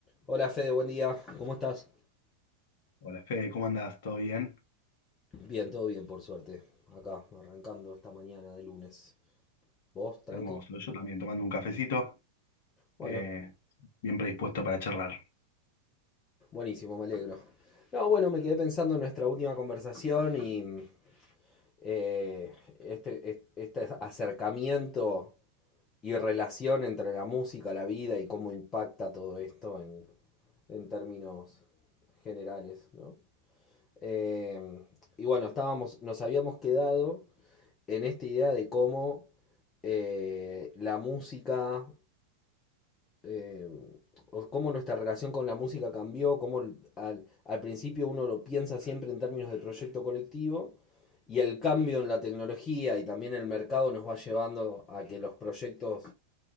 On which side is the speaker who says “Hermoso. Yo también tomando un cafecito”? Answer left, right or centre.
Left